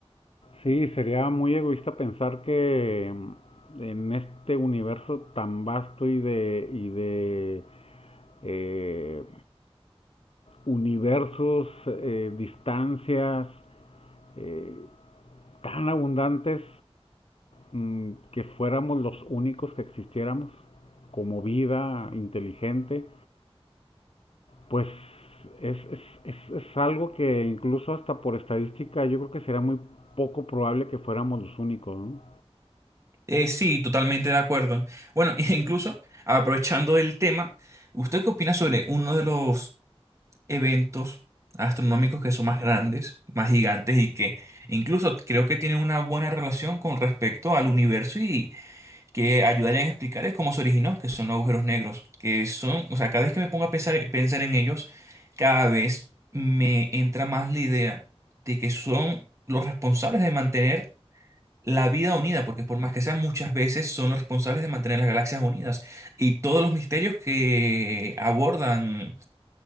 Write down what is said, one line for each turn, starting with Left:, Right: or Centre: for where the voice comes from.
Left: Sí, sería muy egoísta pensar que mm, en este universo tan vasto y de y de eh, universos, eh, distancias eh, tan abundantes mm, que fuéramos los únicos que existiéramos como vida inteligente Pues es, es, es, es algo que incluso hasta por estadística yo creo que será muy poco probable que fuéramos los únicos, ¿no?
Right: Eh, sí, totalmente de acuerdo. Bueno, <laughs> e incluso aprovechando el tema, ¿usted qué opina sobre uno de los eventos astronómicos que son más grandes, más gigantes y que incluso creo que tienen una buena relación con respecto al universo y que ayudarían a explicar es cómo se originó, que son los agujeros negros, que son, o sea, cada vez que me pongo a pensar, pensar en ellos, cada vez me entra más la idea de que son los responsables de mantener la vida unida, porque por más que sean muchas veces, son los responsables de mantener las galaxias unidas. Y todos los misterios que abordan